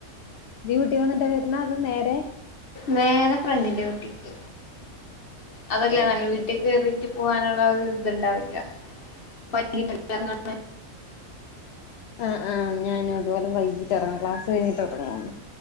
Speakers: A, on the left; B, on the left.
A: നീ വീട്ടി വന്നിട്ടാ വരുന്നെ അതോ നേരെ
B: നേരെ ഫ്രണ്ട്ന്റെ വീട്ടിൽക്ക് അതല്ലെ നല്ല
A: ഓക്കെ
B: വീട്ട്
A: ഓക്കെ
B: കേറി ട്ടി പോവാനുള്ള ഒരു ഇതുണ്ടാവില്ല <unintelligible>
A: ആഹ് ആഹ് ഞാനും ഇതുപോലെ വൈകീട്ട് ഇറങ്ങും ക്ലാസ്സ് കഴിഞ്ഞിട്ട് ഇറങ്ങും